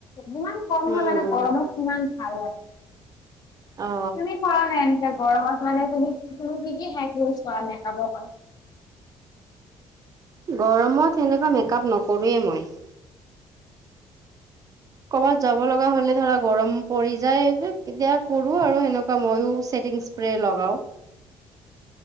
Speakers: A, on the left; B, on the right.
A: ইমান। গৰমো
B: উম উম
A: লাগে গৰমত কিমান ভাল লাগে
B: অ
A: তুমি কৰা। এনেকে গৰমত মানে তুমি তুমি হেক ইউজ কৰা মেকাআপৰ কাৰনে।
B: গৰমত সেনেকুৱা মেকআপ নকৰোঁৱেই মই। কৰ'বাত যাব লগা হ'লে ধৰা গৰম পৰি যায় তেতিয়া কৰো আৰু সেনেকুৱা মইয়ো থেদিং। স্প্ৰে লগাওঁ।